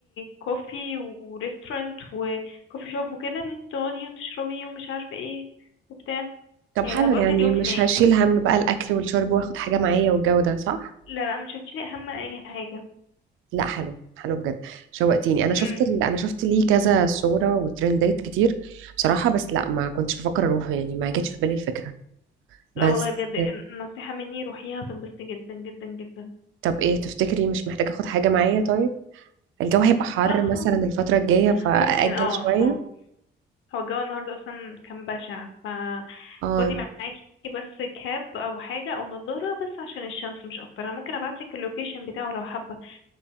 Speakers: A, on the left; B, on the right.
A: كوفي وريستورانت وكوفي شوب وكده ان انت تقعدي وتشربي ومش عارفه ايه وبتاع
B: طب
A: يعني
B: حلو
A: هتقضي
B: يعني
A: اليوم
B: مش
A: هناك
B: هشيل هم بقى الاكل والشرب واخد حاجه معايا والجو ده صح
A: لا لا مش هتشيلي هم اي حاجه
B: لا حلو حلو بجد شوقتيني انا شفت
A: امم
B: ال... انا شفت ليه كذا صوره وترندات كتير بصراحه بس لا ما كنتش بفكر اروح يعني ما جاتش في بالي الفكره بس
A: لا والله بجد ن- نصيحه مني روحيها هتنبسطي جدا جدا جدا
B: طب ايه تفتكري مش محتاجة اخد حاجة معايا طيب الجو هيبقى حر
A: لا خالص
B: مثلا الفترة الجاية فأأجل
A: ممكن اه
B: شوية
A: هو الجو النهارده اصلا كان بشع فخدي
B: اه
A: معاكي بس كاب او حاجه او نضاره بس عشان الشمس مش اكتر انا ممكن ابعتلك اللوكيشن بتاعه لو حابه